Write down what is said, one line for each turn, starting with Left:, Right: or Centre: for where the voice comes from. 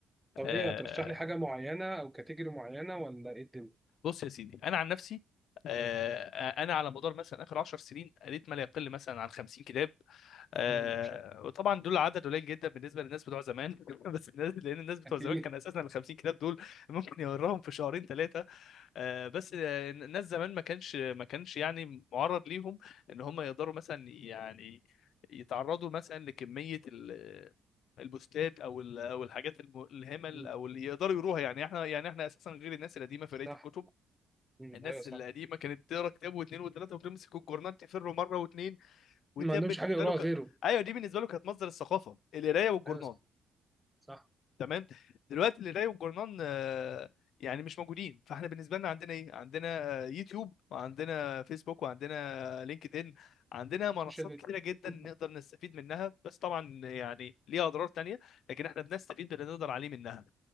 Centre: طب
Left: آه،
Centre: ايه هترشح لي حاجه معينه او كاتيجوري معينه ولا ايه الدنيا
Left: بص يا سيدي انا عن نفسي آه، انا على مدار مثلا اخر 10 سنين قريت ما لا يقل مثلا عن 50 كتاب آه،
Centre: امم ما شاء الله
Left: وطبعا دول عدد قليل جدا بالنسبه للناس بتوع زمان <laughs> بس الناس لان الناس بتوع
Centre: اكيد
Left: زمان كان اساسا ال 50 كتاب دول ممكن يقراهم في شهرين ثلاثه آه، بس آه، الناس زمان ما كانش ما كانش يعني معرض ليهم ان هم يقدروا مثلا يعني يتعرضوا مثلا لكمية ال- البوستات او ال- او الحاجات الم- الهمل
Centre: امم
Left: او اللي يقدروا يروها يعني احنا يعني احنا اساسا غير الناس القديمه في قرايه
Centre: صح
Left: الكتب
Centre: امم
Left: الناس
Centre: ايوه صح
Left: القديمه كانت تقرا كتاب واثنين وثلاثه وتمسك الجورنان تفر مره واثنين ودي
Centre: ما عندهمش
Left: بالنسبه
Centre: حاجه يقراها
Left: له ك...
Centre: غيره
Left: ايوه دي بالنسبه له كانت مصدر الثقافه القرايه والجورنان
Centre: ايوه صح صح
Left: تمام دلوقتي القرايه والجورنان آه، يعني مش موجودين فاحنا بالنسبه لنا عندنا ايه عندنا آه، يوتيوب وعندنا فيسبوك وعندنا لينكد ان عندنا منصات
Centre: سوشيال ميديا
Left: كتيره جدا
Centre: امم
Left: نقدر نستفيد منها بس طبعا يعني ليها اضرار تانية لكن احنا بنستفيد باللي نقدر عليه منها